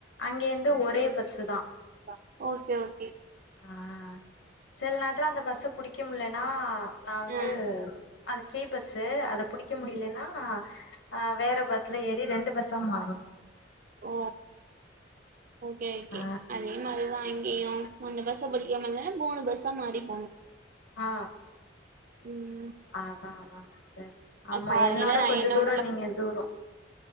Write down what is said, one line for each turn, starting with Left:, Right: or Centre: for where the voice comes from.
Left: அங்கேந்து ஒரே பஸ்சு தா
Right: த ஓகே ஓகே
Left: ஆ சில நேரத்துல அந்த பஸ் புடிக்க முடியலன்னா நான் வந்து
Right: ஆ
Left: அது ஃப்ரீ பஸ்ஸு அத புடிக்க முடியலன்னா ஆ வேற பஸ்ல ஏறி ரெண்டு பஸ்ஸா மாறணூ
Right: ஓ ஓகே ஓகே
Left: ஆ
Right: அதே மாதிரி தா இங்கையூ மூணூ பஸ்ஸெ படிக்கோம்ல மூணு பஸ்ஸா மாறி போணோ
Left: அ
Right: ம்
Left: ஆ அதா அதா சேரி ஆமா
Right: காலையில
Left: என்னோட
Right: நைன்
Left: கொஞ்சொ தூரோ
Right: ஓ
Left: நீங்க தூரோ